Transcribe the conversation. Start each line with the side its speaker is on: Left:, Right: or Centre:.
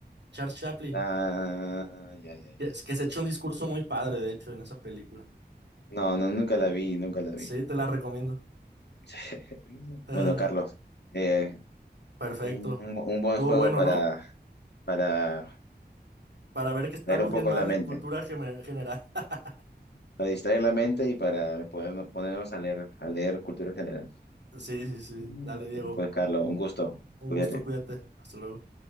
Right: Charles Chaplin,
Left: Ah, ya, ya, ya.
Right: que, que se echó un discurso muy padre, de hecho, en esa película.
Left: No, no, nunca la vi, nunca la vi.
Right: Sí, te la recomiendo.
Left: <laughs>
Right: <laughs>
Left: Bueno, Carlos, eh,
Right: Perfecto.
Left: un, un- un buen
Right: Estuvo
Left: juego
Right: bueno,
Left: para,
Right: ¿no?
Left: para
Right: Para ver que estamos
Left: leer un poco
Right: bien mal
Left: la mente,
Right: en cultura geme- general. <laughs>
Left: para distraer la mente y para poder ponernos a leer, a leer cultura general.
Right: Sí, sí, sí.
Left: Mm.
Right: Dale, Diego.
Left: Y pues, Carlos,
Right: un
Left: un gusto.
Right: un
Left: Cuídate.
Right: gusto, cuídate. Hasta luego.